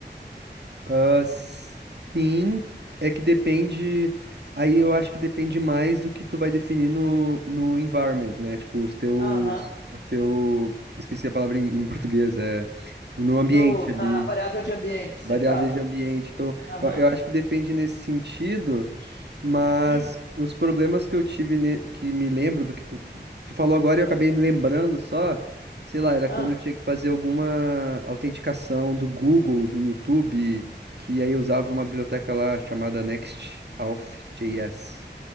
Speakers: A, on the right; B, on the left.
A: Ah, sim, é que depende. Aí eu acho que depende mais do que tu vai definir no, no environment, né? Tipo, os teus.
B: Aham.
A: O teu. Esqueci a palavra em, em português, é. No ambiente
B: No,
A: ali.
B: na variável de ambiente,
A: variáveis
B: você fala.
A: de ambiente. Então,
B: Aham.
A: eu, eu acho que depende nesse sentido, mas
B: Hum.
A: os problemas que eu tive, ne- que me lembro do que tu, tu falou agora, e eu acabei me lembrando só, sei lá, era
B: Ah,
A: quando eu tinha que fazer alguma autenticação do Google, do YouTube, que aí eu usava uma biblioteca lá chamada Next Auth NextAuth.js.